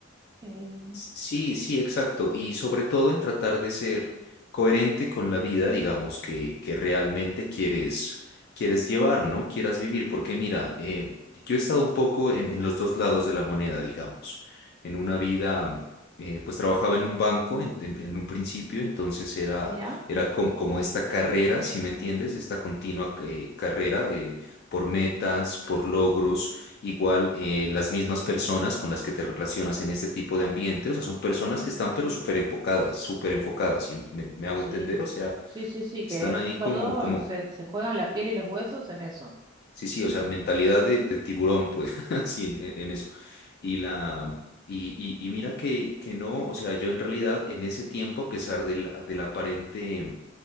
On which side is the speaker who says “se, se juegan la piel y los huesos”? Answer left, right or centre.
Right